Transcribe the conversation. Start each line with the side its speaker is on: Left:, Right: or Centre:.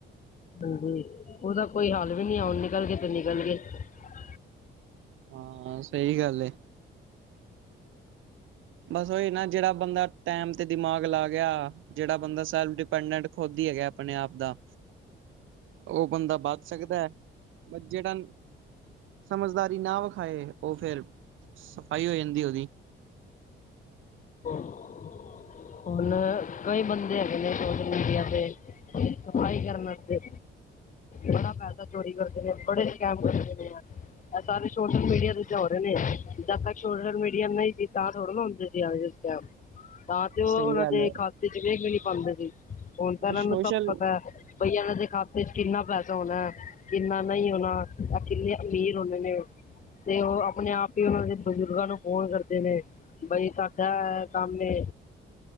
Left: ਹਾਂਜੀ, ਉਹਦਾ ਕੋਈ ਹਾਲ ਵੀ ਨੀ ਆ। ੳ ਨਿਕਲ ਗੇ ਤੇ ਨਿਕਲ ਗੇ <inaudible>
Right: ਹਾਂ, ਸਹੀ ਗੱਲ ਏ। ਬਸ ਉਹੀ ਨਾ ਜਿਹੜਾ ਬੰਦਾ ਟੈਮ ਤੇ ਦਿਮਾਗ ਲਾ ਗਿਆ। ਜਿਹੜਾ ਬੰਦਾ ਸੈਲਫ ਡਿਪੈਂਡੈਂਟ ਖੁਦ ਕਿ ਹੈਗਾ ਆਪਣੇ ਆਪ ਦਾ ਉਹ ਬੰਦਾ ਬਚ ਸਕਦਾ ਹੈ। ਜਿਹੜਾ ਸਮਝਦਾਰੀ ਨਾ ਵਿਖਾਏ ਉਹ ਫੇਰ, ਸਫਾਈ ਹੋ ਜਾਂਦੀ ਉਹਦੀ
Left: <inaudible> ਹੁਣ ਕਈ ਬੰਦੇ ਹੈਗੇ ਨੇ ਸੋਸ਼ਲ ਮੀਡੀਆ ਤੇ, ਸਫਾਈ ਕਰਨ ਵਸਤੇ ਬੜਾ ਪੈਸਾ ਚੋਰੀ ਕਰਦੇ ਨੇ, ਬੜੇ ਸਕੈਮ ਕਰਦੇ ਨੇ ਐ ਇਹ ਸਾਰੇ ਸੋਸ਼ਲ ਮੀਡੀਆ ਦੀ ਜਾ ਹੌ ਰਹੇ ਨੇ। ਜਦ ਤੱਕ ਸੋਸ਼ਲ ਮੀਡੀਆ ਨਹੀਂ ਸੀ ਤਾਂ ਥੋੜ੍ਹੇ ਨਾ ਹੁੰਦੇ ਸੀ ਐਹੋ ਜੇ ਸਕੈਮ ਤਾਂ ਤੇ ਉਹ
Right: ਸਹੀ
Left: ਉਹਨਾਂ
Right: ਗੱਲ
Left: ਦੇ
Right: ਹੈ
Left: ਖਾਤੇ ਚ ਵੇੇਖ ਵੀ ਨੀ ਪਾਉਂਦੇ ਸੀ। ਹੁਣ ਤਾਂ ਇਹਨਾਂ
Right: ਸੋਸ਼ਲ
Left: ਨੂੰ ਸਭ ਪਤਾ ਹੈ ਬਈ ਇਹਨਾਂ ਦੇ ਖਾਤੇ ਚ ਕਿੰਨਾ ਪੈਸਾ ਹੋਣਾ। ਕਿੰਨਾ ਨਹੀਂ ਹੋਣਾ। ਐ ਕਿੰਨੇ ਅਮੀਰ ਹੋਣੇ ਨੇ ਤੇ ਉਹ, ਆਪਣੇ ਆਪ ਹੀ ਉਹਨਾਂ ਦੇ ਬਜ਼ੁਰਗਾਂ ਨੂੰ ਫੋਨ ਕਰਦੇ ਨੇ ਬਹੀ ਸਾਡਾ ਕੰਮ ਨੇ